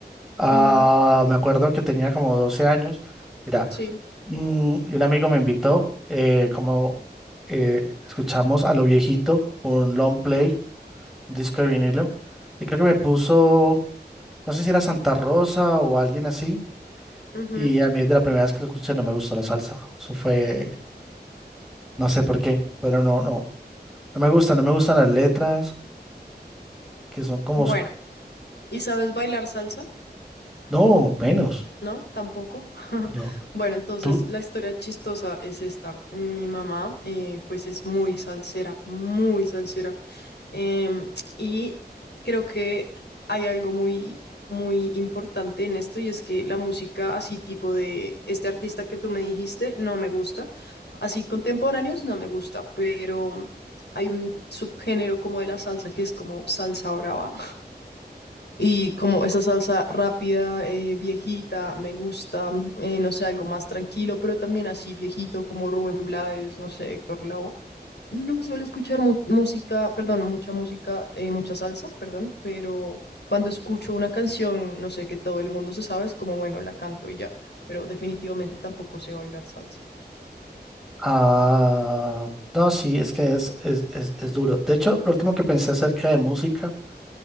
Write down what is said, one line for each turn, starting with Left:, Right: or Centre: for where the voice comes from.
Centre: Ah,
Left: Ujú,
Centre: me acuerdo que tenía como 12 años. Mira,
Left: Sí.
Centre: mm, y un amigo me invitó, eh, como eh, escuchamos a lo viejito, un long play, un disco de vinilo. Y creo que me puso, no sé si era Santa Rosa o alguien así.
Left: Ujú.
Centre: Y a mí de la primera vez que lo escuché no me gustó la salsa. Eso fue, no sé por qué, pero no, no. No me gustan, no me gustan las letras. que son como,
Left: Bueno,
Centre: su-
Left: ¿y sabes bailar salsa?
Centre: no, menos,
Left: No, tampoco. <laughs>
Centre: no,
Left: Bueno, entonces
Centre: tú,
Left: la historia chistosa es esta. Mi mamá, eh, pues es muy salsera, muy salsera. Em, y creo que hay algo muy, muy importante en esto y es que la música así tipo de este artista que tú me dijiste no me gusta. Así contemporáneos no me gusta, pero hay un subgénero como de la salsa que es como salsa brava. Y como esa salsa rápida, eh, viejita, me gusta, eh, no sé, algo más tranquilo, pero también así viejito como Rubén Blades, no sé, Héctor Lavoe. No suelo escuchar mu- música, perdón, mucha música, eh, mucha salsa, perdón, pero cuando escucho una canción, no sé, que todo el mundo se sabe, es como, bueno, la canto y ya, pero definitivamente tampoco sé bailar salsa.
Centre: ah, no, sí, es que es, es, es, es duro. De hecho, lo último que pensé acerca de música